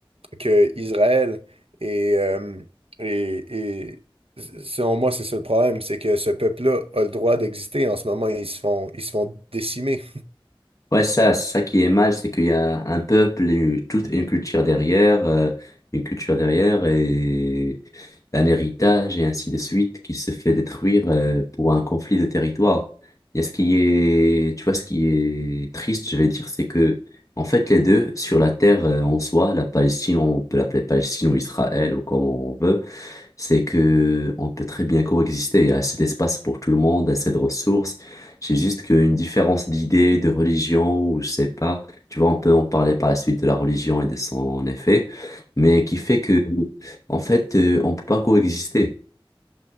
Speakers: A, on the right; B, on the left.
A: que Israël. Et, euh, et, et selon moi, c'est ça le problème, c'est que ce peuple-là a le droit d'exister. En ce moment, ils se font, ils se font décimer.
B: Ouais, ça, c'est ça qui est mal, c'est qu'il y a un peuple et une- toute une culture derrière, euh, une culture derrière et un héritage et ainsi de suite qui se fait détruire, euh, pour un conflit de territoire. Et ce qui est, tu vois, ce qui est triste, je vais dire, c'est que, en fait, les deux, sur la terre, euh, en soi, la Palestine, on peut l'appeler Palestine ou Israël ou comme on veut, c'est que on peut très bien coexister. Il y a assez d'espace pour tout le monde, assez de ressources. C'est juste qu'une différence d'idées, de religion, ou je sais pas, tu vois, on peut en parler par la suite de la religion et de son effet, mais qui fait que, en fait, euh, on peut pas coexister.